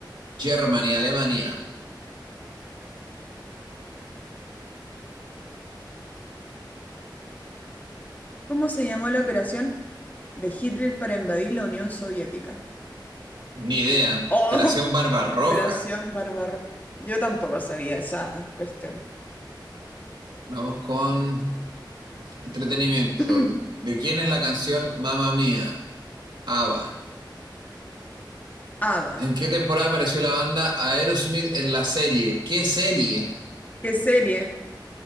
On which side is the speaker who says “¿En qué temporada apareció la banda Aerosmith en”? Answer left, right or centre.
Right